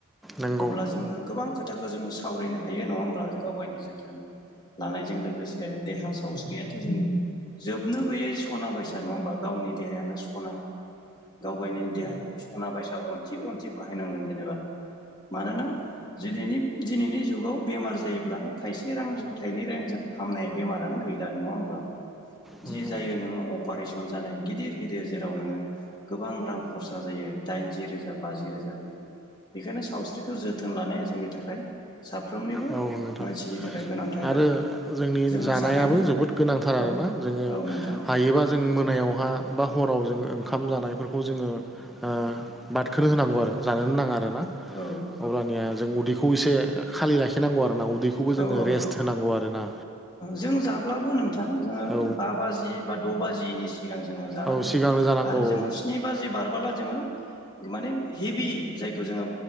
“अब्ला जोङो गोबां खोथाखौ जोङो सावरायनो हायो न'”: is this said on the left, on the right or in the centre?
Left